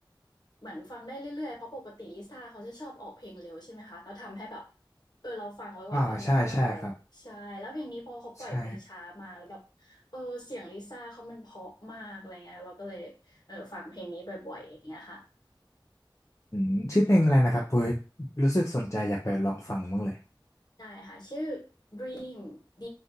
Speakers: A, on the left; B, on the left.
A: เหมือนฟังได้เรื่อยๆเพราะปกติลิซ่าเขาจะชอบออกเพลงเร็วใช่ไหมคะแล้วทำให้แบบเออเราฟังแล้วก็ฟังไม่ค่อยออกใช่แล้วเพลงนี้พอเขาปล่อยเพลงช้ามาแล้วแบบเออเสียงลิซ่าเขามันเพราะมากอะไรเงี้ยเราก็เลยเออฟังเพลงนี้บ่อยๆอย่างเงี้ยค่ะ
B: อ่าใช่ใช่ครับใช่อืมชื่อเพลงอะไรนะครับปุ้ยรู้สึกสนใจอยากไปลองฟังบ้างเลย
A: ได้ค่ะชื่อ Dream D